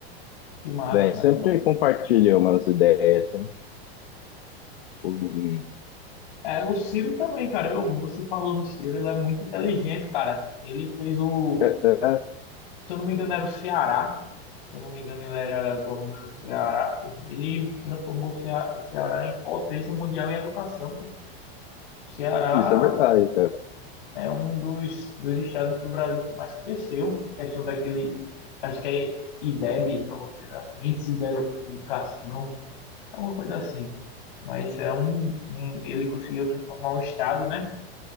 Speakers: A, on the left; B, on the left.
A: Que massa,
B: né?
A: cara.
B: Sempre compartilha umas ideias. sempre- e-
A: É, o Ciro também, cara. Eu, você falou do Ciro, ele é muito inteligente, cara. Ele fez o,
B: É, é,
A: se eu não me engano, era o Ceará. Se eu não me engano, ele era governador do Ceará. pô. Ele transformou o Cea- o Ceará em potência mundial em educação. pô. O Ceará
B: isso é verdade, cara.
A: é um dos, dos estados do Brasil que mais cresceu. Questão daquele, acho que é IDEB, alguma coisa assim, Índice de Educação, alguma coisa assim. Mas é um, um ele conseguiu transformar o estado, né?